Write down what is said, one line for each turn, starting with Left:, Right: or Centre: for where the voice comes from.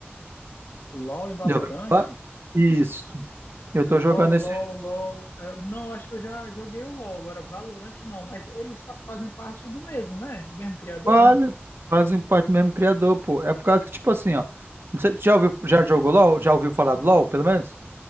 Left: LOL e Valorante?
Right: Já ouviu falar? Isso. Eu tô
Left: LOL,
Right: jogando esses
Left: LOL, LOL. Eu- não, acho que eu já joguei o LOL, agora Valorante não, mas eles fa- fazem parte do mesmo, né? Mesmo criador?
Right: quase, fazem parte do mesmo criador, pô. É por causa que, tipo assim, ó. Não sei, tu já ouviu, já jogou LOL? Já ouviu falar do LOL, pelo menos?